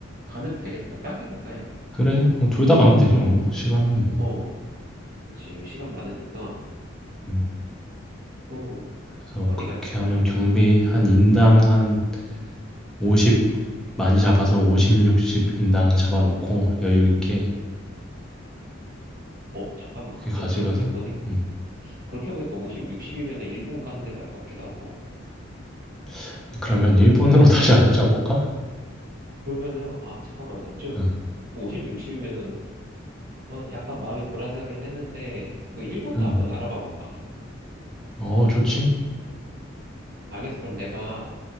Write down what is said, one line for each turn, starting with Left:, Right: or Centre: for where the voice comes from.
Right: 가면 되겠다. 딱이겠다, 야.
Centre: 그래. 어, 둘 다 가면 되죠. 어, 시간은 뭐.
Right: 어, 그치, 이거 시간 많으니까
Centre: 음,
Right: 또
Centre: 그래서
Right: 어디가
Centre: 그렇게
Right: 있을까?
Centre: 하면 경비 한 인당 한 50, 많이 잡아서 50, 60 인당 잡아놓고 여유 있게
Right: 어, 잠깐만.
Centre: 그렇게
Right: 근데
Centre: 가져가서.
Right: 그렇게 보니,
Centre: 음,
Right: 그렇게 보니까 50, 60이면 일본 가는 게 나을 것 같기도 하고.
Centre: 아, 그러면 일본으로 <laughs> 다시 한번 짜볼까?
Right: 그러면은, 아, 잠깐만. 나 좀,
Centre: 응,
Right: 50, 60이면은, 어, 약간 마음이 돌아서긴 했는데, 그 일본도
Centre: 응.
Right: 한번 알아봐 볼까?
Centre: 어, 어, 좋지.
Right: 알겠어. 그럼 내가